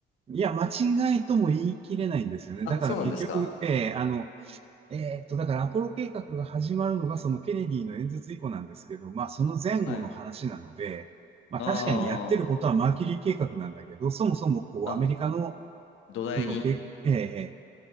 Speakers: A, on the right (about 30°); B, on the left (about 85°).
A: いや、間違いとも言い切れないんですよね。
B: あ、
A: だから結局、
B: そうなんですか
A: えーあの、えーっと、だからアポロ計画が始まるのがそのケネディの演説以降なんですけど、まあその前後の話なので、
B: はい。
A: まあ確かにやってることはマーキュリー計画なんだけど、
B: あ
A: そもそもこうアメリカの、
B: あ、あ、土台に。
A: そのけ、えー